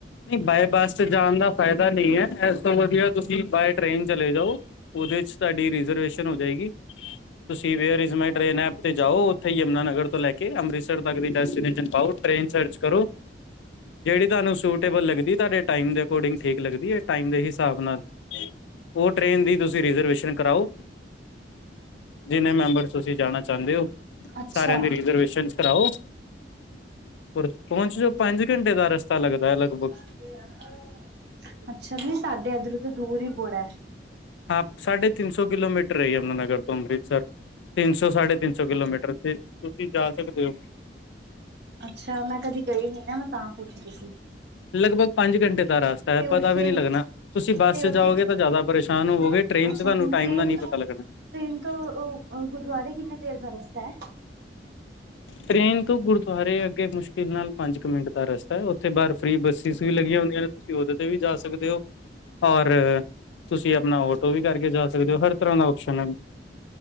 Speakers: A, on the left; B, on the right.
A: ਨਹੀਂ ਬਾਏ ਬੱਸ ਤੇ ਜਾਣ ਦਾ ਫਾਇਦਾ ਨਹੀਂ ਹੈ ਇਸ ਤੋਂ ਵਧੀਆ ਤੁਸੀਂ ਬਾਏ ਟ੍ਰੇਨ ਚਲੇ ਜਾਓ ਉਹਦੇ ਚ ਤੁਹਾਡੀ ਰਿਜਰਵੇਸ਼ਨ ਹੋ ਜਾਏਗੀ ਤੁਸੀਂ where is my train app ਤੇ ਜਾਓ ਓਥੇ ਯਮੁਨਾ ਨਗਰ ਤੋਂ ਲੈ ਕੇ ਅੰਮ੍ਰਿਤਸਰ ਤਕ ਦੀ ਡੇਸਟੀਨੇਸ਼ਨ ਪਾਓ ਟ੍ਰੇਨ ਸਰਚ ਕਰੋ ਜਿਹੜੀ ਤੁਹਾਨੂੰ ਸੂਟੇਬਲ ਲੱਗਦੀ ਤੁਹਾਡੇ ਟਾਈਮ ਦੇ ਅਕੋਰਡਿੰਗ ਠੀਕ ਲਗਦੀ ਹੈ ਟਾਈਮ ਦੇ ਹਿਸਾਬ ਨਾਲ ਉਹ ਟ੍ਰੇਨ ਦੀ ਤੁਸੀਂ ਰਿਜ਼ਰਵੇਸ਼ਨ ਕਰਾਓ ਜਿੰਨੇ ਮੈਂਮਬਰ ਤੁਸੀਂ ਜਾਣਾ ਚਾਹੁੰਦੇ ਹੋ
B: ਅੱਛਾ
A: ਸਾਰਿਆਂ ਦੀ ਰਿਜ਼ਰਵੇਸ਼ਨ ਕਰਾਓ ਪਹੁੰਚ ਜੋ ਪੰਜ ਘੰਟੇ ਦਾ ਰਸਤਾ ਲੱਗਦਾ ਹੈ ਲਗਭਗ
B: <inaudible> ਅੱਛਾ ਜੀ ਸਾਡੇ ਇੱਧਰੋਂ ਦੀ ਦੂਰ ਹੀ ਬੜਾ ਹੈ
A: ਹਾਂ ਸਾਢੇ ਤਿੰਨ ਸੌ ਕਿਲੋਮੀਟਰ ਏ ਯਮੁਨਾਨਗਰ ਤੋਂ ਅੰਮ੍ਰਿਤਸਰ ਤਿੰਨ ਸੌ ਸਾਢੇ ਤਿੰਨ ਸੌ ਕਿਲੋਮੀਟਰ ਤੇ ਤੁਸੀਂ ਜਾ ਸਕਦੇ ਹੋ
B: ਅੱਛਾ ਮੈਂ ਕਦੀ ਗਈ ਨੀ ਨਾ ਮੈਂ ਤਾਂ ਪੁੱਛਦੀ ਸੀ
A: ਲਗਭਗ ਪੰਜ ਘੰਟੇ ਦਾ ਰਾਸਤਾ ਟਾਈਮ
B: ਤੇ ਉੱਥੇ
A: ਪਤਾ ਵੀ ਨਹੀਂ ਲੱਗਣਾ ਤੁਸੀਂ ਬੱਸ
B: ਤੇ
A: ਚ
B: ਉੱਥੇ
A: ਜਾਓਗੇ ਤਾਂ ਜ਼ਿਆਦਾ ਪਰੇਸ਼ਾਨ ਹੋਵੋਗੇ
B: ਅੱਛਾ
A: ਟ੍ਰੇਨ ਚ ਤੁਹਾਨੂੰ
B: ਤੇ
A: ਟਾਈਮ
B: ਟ੍ਰੇਨ
A: ਦਾ ਨਹੀਂ ਪਤਾ
B: ਤੋਂ
A: ਲੱਗਣਾ
B: ਤੋਂ ਇਨਕਾ ਅ ਅਵ ਗੁਰਦੁਆਰੇ ਕਿੰਨੇ ਦੇਰ ਦਾ ਰਸਤਾ ਹੈ
A: ਟ੍ਰੇਨ ਤੋਂ ਗੁਰਦੁਆਰੇ ਅੱਗੇ ਮੁਸ਼ਕਿਲ ਨਾਲ ਪੰਜ ਕੁ ਮਿੰਟ ਦਾ ਰਸਤਾ ਏ ਉਥੇ ਬਾਹਰ ਫਰੀ ਬੱਸਿਸ ਵੀ ਲੱਗੀਆਂ ਹੁੰਦੀਆਂ ਨੇ ਤੁਸੀਂ ਉਹਦ ਤੇ ਵੀ ਜਾ ਸਕਦੇ ਹੋ ਔਰ ਤੁਸੀਂ ਅਪਨਾ ਓਟੋ ਵੀ ਕਰਕੇ ਜਾ ਸਕਦੇ ਹੋ, ਹਰ ਤਰ੍ਹਾਂ ਦਾ ਆਪਓਸ਼ਨ ਹੈ।